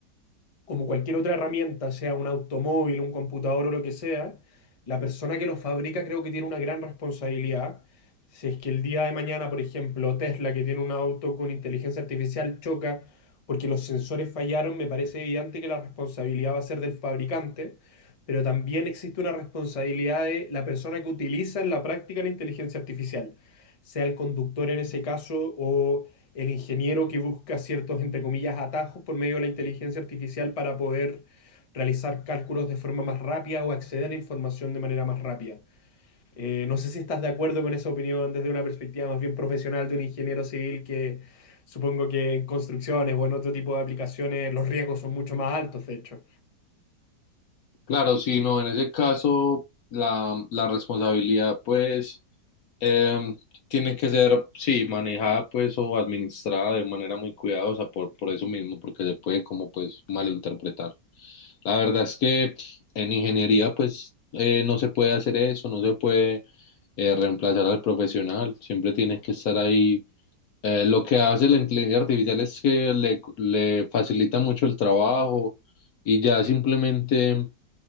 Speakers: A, on the left (about 30°); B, on the left (about 65°).
A: como cualquier otra herramienta, sea un automóvil, un computador o lo que sea, la persona que lo fabrica creo que tiene una gran responsabilidad. Si es que el día de mañana, por ejemplo, Tesla, que tiene un auto con inteligencia artificial, choca porque los sensores fallaron, me parece evidente que la responsabilidad va a ser del fabricante, pero también existe una responsabilidad de la persona que utiliza en la práctica la inteligencia artificial, sea el conductor en ese caso o el ingeniero que busca ciertos, entre comillas, atajos por medio de la inteligencia artificial para poder realizar cálculos de forma más rápida o acceder a información de manera más rápida. Eh, no sé si estás de acuerdo con esa opinión desde una perspectiva más bien profesional de un ingeniero civil que supongo que en construcciones o en otro tipo de aplicaciones los riesgos son mucho más altos, de hecho.
B: Claro, sí, no, en ese caso la, la responsabilidad pues em, tiene que ser, sí, manejada pues o administrada de manera muy cuidadosa por, por eso mismo, porque se puede como pues malinterpretar. La verdad es que en ingeniería pues eh, no se puede hacer eso, no se puede eh, reemplazar al profesional, siempre tiene que estar ahí. Eh, lo que hace la inteligencia artificial es que le, le facilita mucho el trabajo y ya simplemente...